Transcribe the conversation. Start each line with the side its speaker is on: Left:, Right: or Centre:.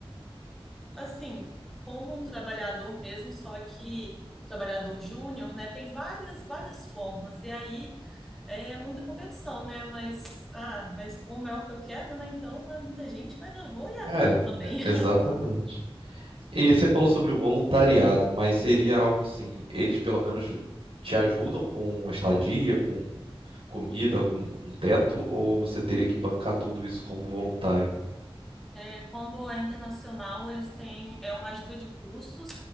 Centre: assim, como um trabalhador mesmo, só que trabalhador júnior, né? Tem várias, várias formas. E aí é muita competição, né? Mas, ah, mas como é o que eu quero, né? Então é muita gente, mas eu vou ir atrás
Right: É,
Centre: também. <laughs>
Right: exatamente. E você falou sobre o voluntariado, mas seria algo assim, eles pelo menos te ajudam com estadia, com comida, algum um teto, ou você teria que bancar tudo isso como voluntário?
Centre: é, quando é internacional, eles têm é uma ajuda de custos